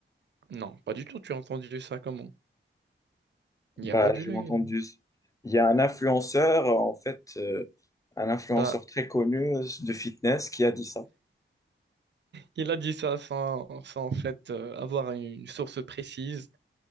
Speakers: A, on the right; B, on the left.
A: Non, pas du tout, tu as entendu ça comment? Il
B: Bah,
A: n'y a pas du
B: j'ai
A: lait.
B: entendu. Il y a un influenceur, en fait, euh, un influenceur
A: Bah.
B: très connu de fitness qui a dit ça.
A: Il a dit ça sans, sans en fait euh, avoir une source précise.